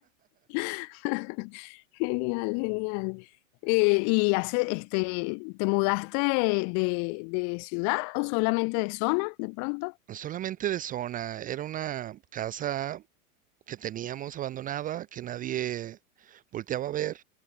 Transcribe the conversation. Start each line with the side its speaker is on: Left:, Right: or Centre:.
Left: <laughs> Genial, genial. eh, ¿y hace, este, te mudaste de, de ciudad o solamente de zona de pronto?
Right: Solamente de zona. Era una casa que teníamos abandonada, que nadie volteaba a ver.